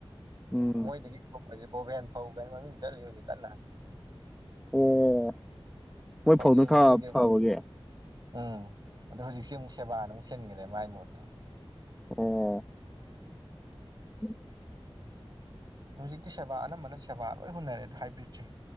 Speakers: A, in the centre; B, on the right (about 45°).
A: ꯎꯝ
B: ꯃꯣꯏꯗꯒꯤ ꯐꯁꯦ ꯕꯣꯕꯦꯟ ꯐꯧ ꯀꯥꯏꯅ ꯃꯃꯤꯡ ꯆ ꯍꯧꯖꯤꯦ ꯀꯥꯟꯅ
A: ꯑꯣ ꯃꯣꯏ
B: ꯐꯧꯒꯤꯗꯤ
A: ꯐꯧꯗꯨꯅ ꯈꯔ
B: ꯃꯃꯤꯡꯁꯦ
A: ꯐꯕꯒꯤ
B: ꯎꯝ ꯑꯗꯣ ꯍꯧꯖꯤꯛꯁ ꯑꯃꯨꯛ ꯁꯦꯕꯥꯅ ꯑꯃꯨꯛ ꯁꯤꯟꯈꯔꯦ ꯃꯥꯏ ꯃꯍꯨꯠꯇꯣ
A: ꯑꯣ <inaudible>
B: ꯍꯧꯖꯤꯛꯇꯤ ꯁꯦꯕꯥ ꯑꯅꯝꯕꯅ ꯁꯦꯕꯥ ꯂꯣꯏ ꯍꯨꯟꯅꯔꯦꯗ ꯍꯥꯏꯕ꯭ꯔꯤꯠꯁꯦ